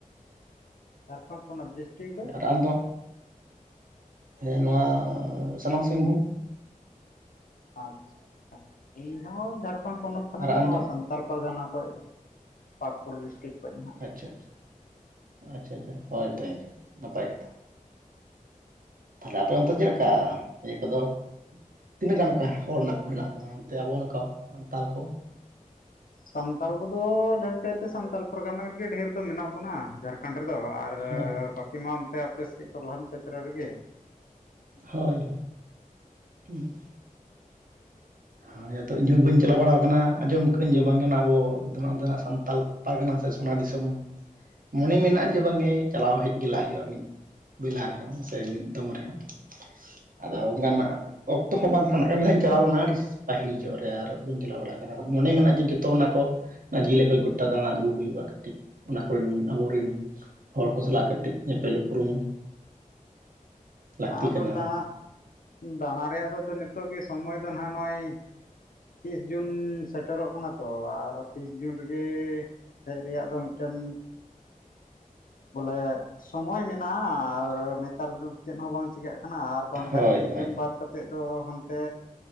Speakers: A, on the left; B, on the right.
A: ᱡᱷᱟᱲᱠᱷᱚᱸᱰ ᱯᱚᱱᱚᱛ? ᱫᱚ
B: ᱟᱨ ᱟᱢᱫᱚ? ᱦᱮᱸ ᱱᱚᱣᱟ ᱥᱟᱢᱟᱝ ᱥᱤᱝᱵᱷᱩᱢ᱾
A: ᱟᱪᱪᱷᱟ ᱟᱪᱪᱷᱟ ᱤᱧ ᱦᱚᱸ ᱡᱷᱟᱲᱠᱷᱚᱸᱰ ᱯᱚᱱᱚᱛ ᱠᱷᱚᱱᱟᱜ
B: ᱟᱨ ᱟᱢ
A: ᱜᱮ ᱱᱚᱣᱟ
B: ᱫᱚ
A: <unintelligible> ᱥᱟᱱᱛᱟᱞ ᱯᱟᱨᱜᱟᱱᱟ ᱠᱷᱚᱱ ᱯᱟᱠᱩᱲ ᱰᱤᱥᱴᱤᱠ ᱠᱷᱚᱱ ᱱᱟᱦᱟᱜ᱾
B: ᱟᱪᱪᱷᱟ ᱟᱪᱷᱟ ᱟᱪᱪᱷᱟ ᱟᱪᱪᱷᱟ ᱦᱳᱭ ᱛᱚ ᱮᱱᱠᱷᱟᱱ ᱱᱟᱯᱟᱭ ᱠᱟᱛᱷᱟ᱾ ᱛᱟᱦᱚᱞᱮ ᱟᱯᱮ ᱚᱱᱛᱮ ᱪᱮᱫ ᱞᱮᱠᱟ ᱤᱭᱟᱹ ᱠᱚ ᱫᱚ? ᱛᱤᱱᱟᱹᱜ ᱜᱟᱱ ᱚᱱᱠᱟ ᱦᱚᱲ ᱢᱮᱱᱟᱜ ᱠᱚ ᱦᱮᱱᱟᱜ ᱵᱚᱱᱟ ᱚᱱᱛᱮ ᱟᱵᱚ ᱱᱚᱝᱠᱟ ᱥᱟᱱᱛᱟᱲ ᱠᱚ?
A: ᱥᱟᱱᱛᱟᱲ ᱠᱚᱫᱚ ᱰᱷᱮᱨ ᱠᱟᱭᱛᱮ ᱥᱟᱱᱛᱟᱲ ᱯᱟᱨ ᱜᱟᱱᱟ ᱨᱮᱜᱮ ᱰᱷᱮᱨ ᱫᱚ ᱢᱮᱱᱟᱜ ᱵᱚᱱᱟ ᱡᱷᱟᱲ ᱠᱷᱟᱱᱰ ᱨᱮᱫᱚ ᱟᱨ
B: ᱦᱳᱭ
A: ᱵᱟᱹᱠᱤ ᱢᱟ ᱚᱱᱛᱮ ᱟᱯᱮ ᱥᱮᱫ ᱠᱚ ᱞᱟᱦᱟᱱ ᱪᱮᱛᱨᱮ ᱨᱮ ᱜᱮ᱾
B: ᱦᱳᱭ ᱦᱳᱭ ᱦᱳᱭ ᱤᱧ ᱦᱚᱸ ᱵᱟᱹᱧ ᱪᱟᱞᱟᱣ ᱵᱟᱲᱟᱣ ᱟᱠᱟᱱᱟ ᱟᱸᱡᱚᱢ ᱟᱠᱟᱫ ᱤᱧ ᱡᱮ ᱵᱟᱝ ᱜᱮ ᱚᱱᱟ ᱟᱵᱚ ᱫᱚ ᱱᱟᱜ ᱥᱟᱱᱛᱟᱞ ᱯᱟᱨᱜᱟᱱᱟ ᱥᱮ ᱥᱚᱱᱟ ᱫᱤᱥᱚᱢ ᱢᱚᱱᱮ ᱢᱮᱱᱟᱜᱼᱟ ᱡᱮ ᱵᱟᱝ ᱜᱮ ᱪᱟᱞᱟᱣ ᱦᱮᱡ ᱜᱮᱞᱟᱜ ᱦᱩᱭᱩᱜᱼᱟ, ᱢᱤᱫ ᱵᱮᱞᱟ ᱨᱮ ᱦᱚᱸ ᱥᱮ ᱢᱤᱫ ᱫᱚᱢ ᱨᱮ ᱦᱚᱸ᱾ ᱟᱫᱚ ᱚᱱᱠᱟ ᱱᱟᱜ ᱚᱠᱛᱚ ᱦᱚᱸ ᱵᱟᱝ ᱠᱷᱟᱱᱜ ᱢᱤᱫ ᱫᱷᱟᱣ ᱤᱧ ᱪᱟᱞᱟᱣ ᱞᱮᱱᱟ ᱟᱹᱰᱤ ᱥᱤ ᱯᱟᱹᱦᱤᱞ ᱡᱚᱜ ᱨᱮ ᱟᱨ ᱵᱟᱹᱧ ᱪᱟᱞᱟᱣ ᱵᱟᱲᱟ ᱟᱠᱟᱱᱟ ᱢᱚ ᱱᱮ ᱢᱮᱱᱟᱜᱼᱟ ᱡᱮ ᱡᱚᱛᱚ ᱚᱱᱟ ᱠᱚ ᱚᱱᱟ ᱞᱮᱠᱟ ᱜᱚᱴᱟ ᱫᱟᱬᱟ ᱟᱹᱜᱩ ᱦᱩᱭᱩᱜᱼᱟ ᱠᱟᱹᱴᱤᱡ ᱚᱱᱟ ᱠᱚ ᱨᱮᱱ ᱟᱵᱚ ᱨᱮᱱ ᱦᱚᱲ ᱠᱚ ᱥᱟᱞᱟᱜ ᱠᱟᱹᱴᱤᱡ ᱧᱮᱯᱮᱞ ᱩᱯᱨᱩᱢ ᱞᱟᱹᱠᱛᱤ
A: ᱟᱫᱚ
B: ᱠᱟᱱᱟ
A: ᱫᱟᱬᱟ ᱫᱟᱬᱟ ᱨᱮᱭᱟᱜ ᱫᱚ ᱱᱤᱛᱚᱜ ᱜᱮ ᱥᱚᱢᱚᱭ ᱫᱚ ᱱᱟᱦᱟᱸᱜ ᱱᱚᱜᱼᱚᱭ ᱛᱤᱥ ᱡᱩᱱ ᱥᱮᱴᱮ ᱨᱚᱜ ᱠᱟᱱᱟ ᱛᱚ ᱟᱨ ᱛᱤᱥ ᱡᱩᱱ ᱨᱮᱜᱮ ᱦᱮᱡ ᱨᱮᱭᱟᱜ ᱫᱚ ᱢᱤᱫ ᱴᱮᱱ ᱵᱚᱞᱮ ᱥᱚᱢᱚᱭ ᱢᱮᱱᱟᱜᱼᱟ ᱟᱨ ᱱᱮ ᱛᱟᱨ ᱫᱚ ᱪᱮᱫ ᱦᱚᱸ ᱵᱟᱝ ᱪᱤᱠᱟᱹᱜ ᱠᱟᱱᱟ ᱟᱨ ᱵᱟᱝ
B: ᱦᱳᱭ
A: ᱠᱷᱟᱡ ᱛᱤᱥ
B: ᱦᱳᱭ
A: ᱡᱩᱱ ᱵᱟᱫ ᱠᱟᱛᱮ ᱛᱮᱛ ᱫᱚ ᱦᱟᱱᱛᱮ